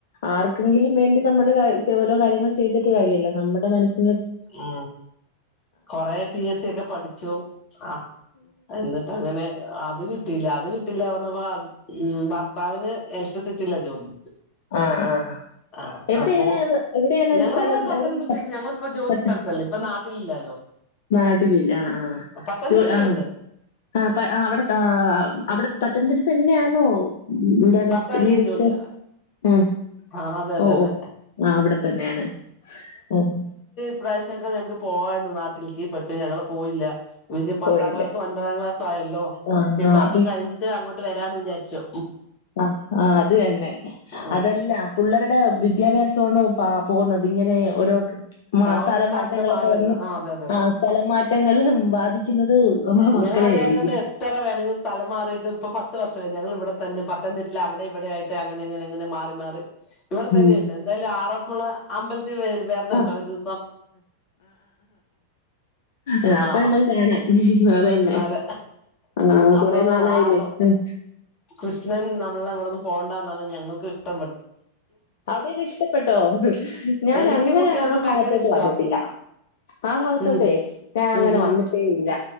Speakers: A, on the left (about 55°); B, on the left (about 35°).
A: ആർക്കെങ്കിലും വേണ്ടി നമ്മള് ഓരോ കാര്യൾ ചെയ്തിട്ട് കാര്യമല്ല നമ്മുടെ മനസ്
B: ഉ കൊറെ പി എസ് സി ഒക്കെ പഠിച്ചു ആ എന്നിട്ട് അങ്ങനെ ആ അത് കിട്ടിയില്ല അത് കിട്ടില്ല പറഞ്ഞപ്പോ ഉ ഭർത്താവിന് ഇലക്ട്രിസിറ്റി ഇല്ല ജോലി
A: അ ആ
B: ആഹ്
A: എവിടെയാണ്
B: അപ്പൊ
A: എവിടെയാണ്
B: ഞങ്ങളിവിടെ
A: സ്ഥലം
B: പത്തനംതിട്ടയിൽ
A: എവിടെ മ <unintelligible>
B: ഞങ്ങളിപ്പോ ജോലി സ്ഥലത്തല്ലേ ഇപ്പൊ നാട്ടിലില്ലാലോ
A: നാട്ടികല്ല ആ്
B: പത്തനംതിട്ടയിലുണ്ട്
A: ആോ ആ ആപ്പ അവിടെ അവിടെ പത്തനംതിട്ട തന്നെയാണോ എന്താണ്
B: ഭർത്താവിനും
A: വീട്സ്ഥ
B: ജോലിയാ
A: ഉം
B: ആഹ് അതെ അതെ
A: ഓ
B: അതെ
A: ഓ ആ അവിടെ തന്നെയാണ് ആ
B: ഇപ്രാവശ്യക്കേ ഞങ്ങക്ക് പോവായിരുന്നു നാട്ടിലേക്ക് പക്ഷെ ഞങ്ങള്ൾ പോയില്ല ഇര് പത്താം
A: പോയില്ലേ
B: ക്ലാസ്സും ഒൻപതാം ക്ലാസ ആയല്ലോ
A: ആഹ്
B: ഇനി ഇപ്പ
A: ആഹ്
B: അത് കഴിഞ്ഞട്ട്ങ്ങോട്ട് വരാ എന്ന് വിചാരിച്ചോ
A: ആ് ആ അത് തന്നെ
B: ആഹ്
A: അതെല്ല പിള്ളേരുടെ വിദ്യാഭ്യാസമാണ് പ പോകുന്നത് ഇങ്ങനെ ഓരോ മ
B: ഓരോ
A: സ്ഥല
B: സ്ഥലത്ത്
A: മാറ്റങ്ങളൊക്കെ
B: മാറുവായിരുന്നു
A: വന്ന്
B: ആഹ് അതെ അതെ അതെ
A: ആ സ്ഥലം മാറ്റങ്ങൾ ബാധിക്കുന്നത് നമ്മളെ മക്കളെ
B: ഞങ്ങ അതായതോണ്ട്
A: ആയിരിക്കും
B: എത്ര വേണമെങ്കിൽ സ്ഥലം മാറിയിട്ട് ഇപ്പ പ പത്ത് വർഷമായി ഞങ്ങ ഇവിടെ തന്നെ പത്തംതിട്ട അവിടെ ഇവിടെ ആട്ട് അങ്ങനെ അങ്ങനെങ്ങനെ മാറി മാറി ഇവിടെ തന്നെയുണ്ട്
A: ഉം
B: എന്തായാലും ആറപ്പള അമ്പല വരണംണ്ടോ
A: ആഹ്
B: ഒരു ദിവസം
A: ആ
B: ആഹ്
A: അപ്പൊ നമ്മൾ കാണാം അതന്നെ
B: അതെ
A: ആഹ്
B: അപ്പൊ
A: കൊറേ നാളായില്ലേ
B: ആര
A: ഉം
B: കൃഷ്ണൻ നമ്മള ഇവിടെന്ന് പോകണ്ട ഞങ്ങൾക്ക്ഷ്ട
A: അവിടെൊക്കെ ഇഷ്ടപ്പെട്ടോ ഞാൻ
B: എനിക്കും
A: അങ്ങനെ
B: കുട്ടികൾക്കും
A: ആ ഭാഗത്തോട്ട്
B: ഭയങ്കര ഇഷ്ടവാ
A: വന്നിട്ടില്ല ആ ഭാഗത്തോട്ടേ
B: ഉം
A: അങ്ങനെ
B: ഉം ഉം
A: വന്നിട്ടേ ഇല്ല